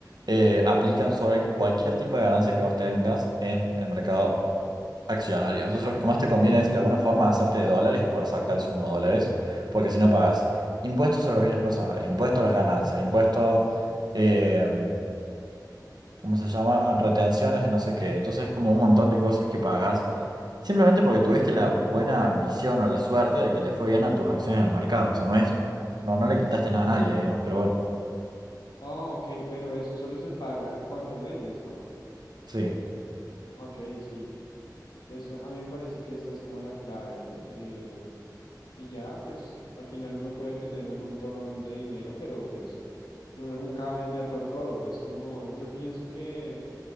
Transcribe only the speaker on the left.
Ah, ok, pero eso solo se paga cuando vendes, ¿no?
Ok, sí. Eso, a mí me parece que esa es como la clave, ¿no? Eh, y ya, pues al final uno puede tener un montón de dinero, pero pues uno nunca va a venderlo todo. Es como, yo pienso que,